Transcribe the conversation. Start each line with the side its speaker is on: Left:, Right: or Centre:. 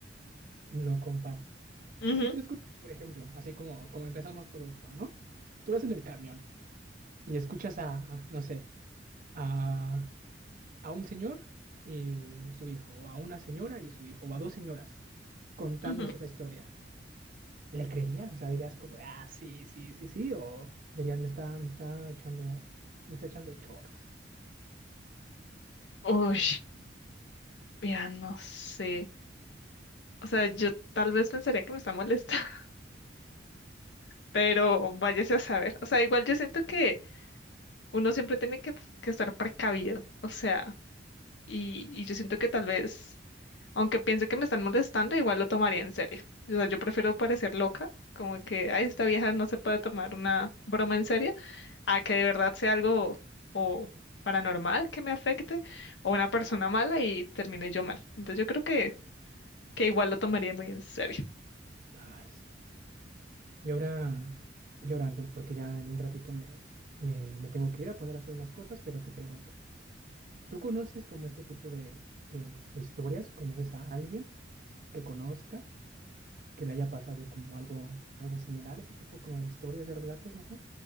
Right: lo compartes.
Left: Ujú,
Right: Y si tú escuchas, por ejemplo, así como, como empezamos todo esto, ¿no? Tú vas en el camión y escuchas a, no sé, a, a un señor y su hijo, o a una señora y su hijo, o a dos señoras contándose
Left: ujú.
Right: esa historia. ¿Le creerías? O sea, dirías como, ah, sí, sí, sí, sí, o dirías, me está, me está echando, me está echando choros.
Left: Uy, mira, no sé. O sea, yo tal vez pensaría que me está molestando. pero váyase a saber. O sea, igual yo siento que uno siempre tiene que, que estar precavido, o sea, y, y yo siento que tal vez, aunque piense que me están molestando, igual lo tomaría en serio. O sea, yo prefiero parecer loca, como que, ay, esta vieja no se puede tomar una broma en serio, a que de verdad sea algo o paranormal que me afecte, o una persona mala y termine yo mal. Entonces yo creo que, que igual lo tomaría muy en serio.
Right: Ay, sí. Y ahora, y ahora, bueno, porque ya en un ratito me, me, me tengo que ir a poner a hacer unas cosas, pero te pregunto. ¿Tú conoces como este tipo de, de, de historias? ¿Conoces a alguien que conozca, que le haya pasado como algo, algo similar, ese tipo como de historias, de relatos, no sé?